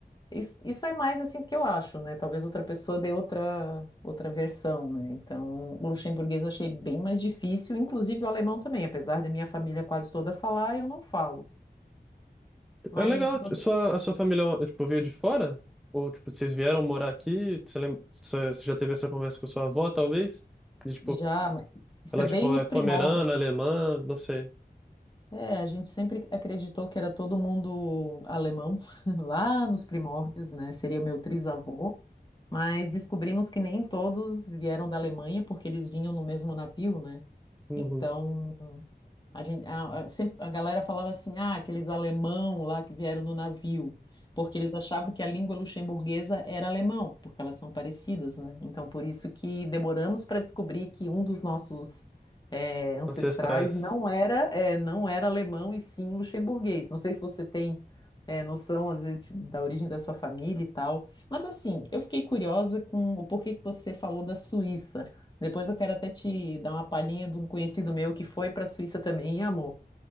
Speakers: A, on the left; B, in the centre.
A: isso, isso é mais assim o que eu acho, né? Talvez outra pessoa dê outra outra versão, né? Então o luxemburguês eu achei bem mais difícil, inclusive o alemão também, apesar da minha família quase toda falar, eu não falo. Mas
B: É legal.
A: você
B: Sua, a sua família, tipo, veio de fora? Ou, tipo, vocês vieram morar aqui? Você lembra, você você já teve essa conversa com sua avó, talvez? E, tipo,
A: Já, mas isso
B: ela,
A: é bem
B: tipo,
A: nos
B: é pomerana,
A: primórdios.
B: alemã, não sei.
A: É, a gente sempre acreditou que era todo mundo alemão, <laughs> lá nos primórdios, né? Seria meu trisavô, mas descobrimos que nem todos vieram da Alemanha, porque eles vinham no mesmo navio, né?
B: Uhum.
A: Então, a gente, a, a- sempre, a galera falava assim, ah, aqueles alemão lá que vieram no navio, porque eles achavam que a língua luxemburguesa era alemão, porque elas são parecidas, né? Então, por isso que demoramos para descobrir que um dos nossos eh, ancestrais
B: Ancestrais.
A: não era, eh, não era alemão e sim luxemburguês. Não sei se você tem eh, noção, às vezes, de- da origem da sua família e tal, mas assim, eu fiquei curiosa com o porquê que você falou da Suíça. Depois eu quero até te dar uma palhinha de um conhecido meu que foi para a Suíça também e amou.